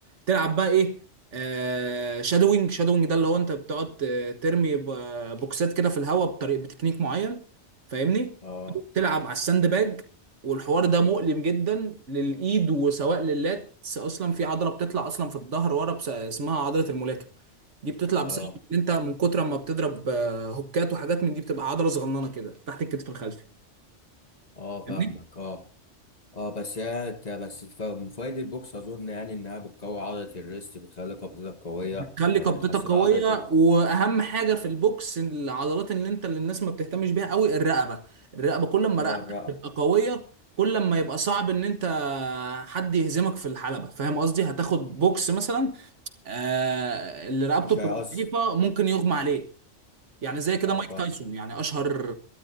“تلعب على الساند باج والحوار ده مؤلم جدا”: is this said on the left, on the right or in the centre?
Right